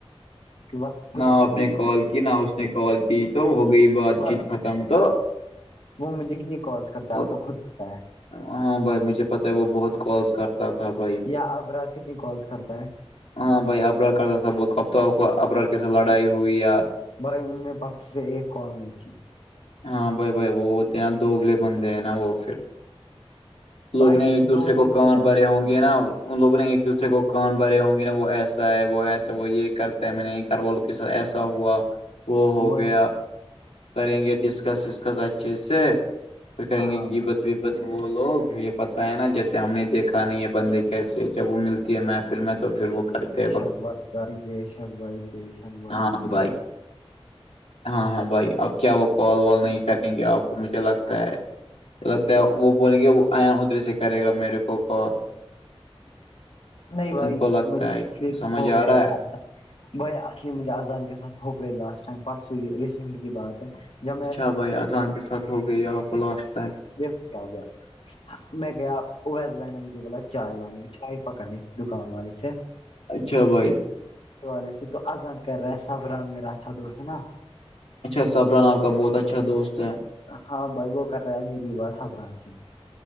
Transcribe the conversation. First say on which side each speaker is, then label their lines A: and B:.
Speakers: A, on the left; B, on the left.
A: <unintelligible>
B: نہ آپ نے کال کی نہ اس نے کال کی تو ہو گئی بات
A: ورنہ
B: چیت ختم تو
A: وہ مجھے کتنی کال کرتا
B: اور
A: ہے آپ کو خود پتا ہے
B: ہاں بھائی مجھے پتا ہے وہ بہت کس کرتا تھا بھائی
A: یا ابرا کتنی کالس کرتا ہے
B: ہاں بھائی ار سب اب تو ار کیسے لڑائی ہوئی یار
A: بھائی ان نے پرس سے ایک کال نہیں کی
B: ہاں بھائی بھائی وہ ہوتے ہیں نا دو اگلے بندے ہیں نا وہ پھر لوگ
A: بھائی
B: نے ایک دوسرے
A: دوگلے
B: کو
A: نہیں
B: کان
A: ہے
B: بھرے ہوں گے نا ان لوگ نے ایک دوسرے کو کان بھرے ہوں گے نا وہ ایسا ہے وہ ایسا وہ یہ کرتا ہے میں نے گھر والول ایسا ہوا وہ ہو
A: وہی
B: گیا کریں گے ڈسکس وسکس اچھے سے پھر
A: نا
B: کہیں گے
A: ہاں بھائی
B: غیبت وہ لوگ مجھے پتہ ہے نا جیسے ہم نے دیکھا نہیں ہے بندے کیسے جب وہ ملتی ہے میں فلم تو پھر وہ کرتے ہیں
A: شک بھائی بھائی بے شک بھائی بے شک بھائی
B: ہاں
A: بے
B: بائی ہاں ہاں بھائی اب کیا وہ کال وال نہیں کریں گے آپ کو مجھے لگتا ہے لگتا ہے وہ بولیں گے وہ ایان ادھر سے کرے گا میرے کو کال
A: نہیں بھائی
B: ان کو لگتا
A: مجھے
B: ہے سمجھ
A: ہو گئے
B: آ رہا
A: تھا
B: ہے
A: بائی اصلی مجھے اذان کے ساتھ ہو گئے لاسٹ ٹائم پرسو یہ ریسنٹلی کی بات ہے جب میں
B: اچھا بھائی اذان کے ساتھ ہو گئی ہے آپ کو لاسٹ ٹائم
A: دیکھو کیا ہو گیا میں گیا اویس و نے مجھے بولا چائے لانے چائے پکڑنی دکان والے سے
B: اچھا بھائی
A: والے سے تو اذان کر رہا ہے سبران میرا اچھا دوست ہے نا
B: اچھا سبران آپ کا بہت اچھا دوست ہے
A: ہاں بھائی وہ کر رہا ہے میری باتبران سے